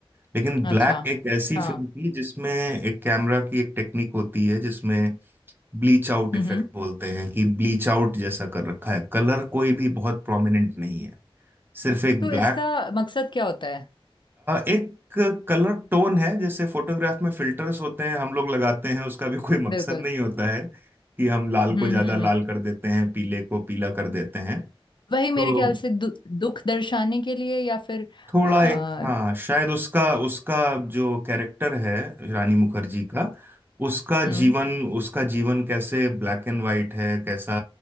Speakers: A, on the right; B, on the left.
A: लेकिन
B: अच्छा
A: ब्लैक एक ऐसी
B: हाँ
A: फिल्म थी जिसमें एक कैमरा की एक टेक्निक होती है जिसमें ब्लीच आउट
B: हम्म
A: इफेक्ट
B: हम्म।
A: बोलते हैं कि ब्लीच आउट जैसा कर रखा है कलर कोई भी बहुत प्रोमिनेंट नहीं है सिर्फ एक
B: तो
A: ब्लैक
B: इसका मकसद क्या होता है
A: एक कलर टोन है जैसे फोटोग्राफ में फिल्टर्स होते हैं हम लोग लगाते हैं उसका भी कोई मकसद
B: बिल्कुल
A: नहीं होता है कि हम लाल
B: हम्म
A: को ज्यादा
B: हम्म
A: लाल
B: हम्म।
A: कर देते हैं पीले को पीला कर देते हैं
B: वही
A: तो
B: मेरे ख्याल से दु, दुख दर्शाने के लिए या फिर
A: थोड़ा
B: आ,
A: एक हाँ शायद उसका उसका जो कैरेक्टर है रानी मुखर्जी का उसका
B: हम्म
A: जीवन उसका जीवन कैसे ब्लैक एंड वाइट है कैसा